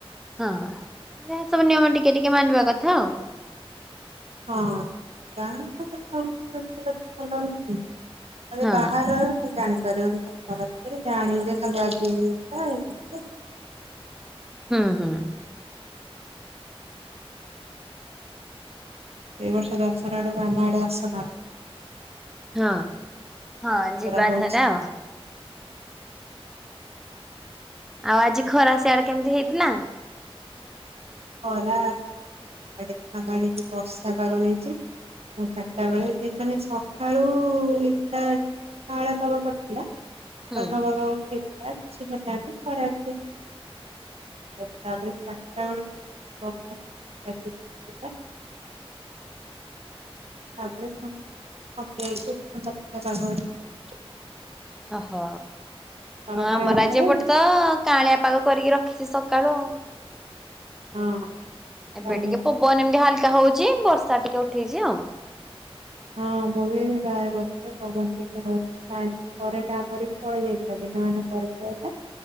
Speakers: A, in the centre; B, on the right (about 80°).
A: ହଁ ଯ ସବୁ ନିୟମ ଟିକେ ଟିକେ ମାନିବା କଥା ଆଉ।
B: ହଁ ଗାଁ ତ ଭଲ <inaudible> ଆରେ
A: ହଁ
B: ବାହାରର ଜାଣିପାରିବନି ଖାଲି ଖରା ଭିତରେ ଜାଣିବୁ ଯେ ଖାଲି ଆଜି ଏଇା ହେଇ।
A: ହୁଁ ହୁଁ।
B: ଏ ବର୍ଷ ଦଶହରା ଆଡକୁ ଆମ ଆଡେ ଆସୁନାହାନ୍ତି
A: ହଁ ହଁ
B: ଦଶହରା
A: ଯିବା
B: ହଉଛି
A: ଥରେ ଆଉ। ଆଉ ଆଜି ଖରା ସେଆଡେ କେମିତି ହେଇଥିଲା।
B: <inaudible> ବର୍ଷା ପାଗ ହେଇଛି। ଚାରିଟା ବେଳେ ମାନେ ସକାଳୁ ଏଇଟା। <unintelligible> କଳବ କରିଥିଲା।
A: ହୁଁ
B: କିଛି ହେଲାନି ଥରେ ଅଧେ ତାପରେ ବର୍ଷା ଲାଗିଥିଲା <inaudible>
A: ଓହୋ
B: ତମ
A: ଆମର
B: ସିଆଡେ କଣ
A: ଆଜି
B: ଖରା
A: ଏପଟେ
B: ହେଇଛି?
A: ତ କାଳିଆ ପାଗ କରିକି ରଖିଛି ସକାଳୁ ଆଉ।
B: ହଁ
A: ଏବେ
B: ତାହେଲେ
A: ଟିକେ ପବନ ଏମିତି ହାଲକା ହଉଛି ବର୍ଷା ଟିକେ ଉଠେଇଛି ଆଉ।
B: ହଁ ମୁଁ ବି ବାହାରେ ବସିଛି ପବନ ଟିକେ ହଉଛି। ତା ପରେ କାମରେ ବି ପଳେଇ ଯାଇଥିଲା ଦିନମାନ <inaudible>